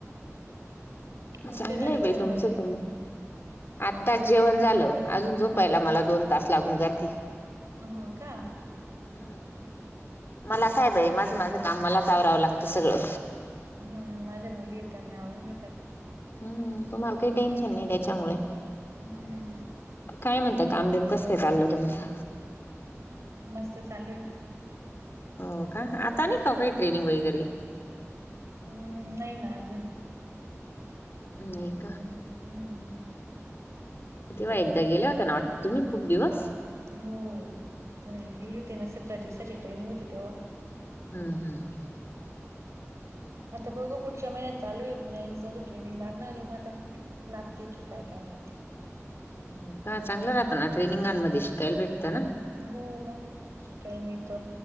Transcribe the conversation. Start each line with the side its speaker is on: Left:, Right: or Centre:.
Left: चांगलं
Right: तुमचे झाली
Left: आहे बाई
Right: जेवणं
Left: तुमचं
Right: वगैरे?
Left: तुम्ही आत्ताच जेवण झालं,, आजून झोपायला मला दोन तास लागून जातील.
Right: हो का?
Left: हम्म,, मला काय बाई
Right: थक
Left: माझं माझं काम मलाचं आवरावं लागतं सगळं.
Right: हू माझ्या मुली आहेत त्यामुळं आवरून घेत्या बाई.
Left: हम्म तुम्हाला काही टेन्शन नाही तेच्यामुळे.
Right: हम्म
Left: काय म्हणता काम बिम कस काय चाललं तुमचं?
Right: मस्त चालू आहे.
Left: हो का,, आता नाही का ओ काही ट्रेनिंग वगैरे?
Right: हम्म नाही ना आजून.
Left: नाही का?
Right: हम्म
Left: तेव्हा एकदा गेल्या होता ना वाटतं तुम्ही खूप दिवस?
Right: हो पुण्याला गेली होती ना सतरा दिवसाची ट्रेनिंग होती तेव्हा.
Left: हम्म हम्म हम्म.
Right: आता बघू पुढच्या महिन्यात चालू आहे पुण्याला <unintelligible> ट्रेनिंग लागणार आहे म आता लागते की काय काय माहिती?
Left: हो का चांगलं राहत ना ट्रेनिंगांमध्ये शिकायला भेटतं ना?
Right: हो मग शिकायला मिळत,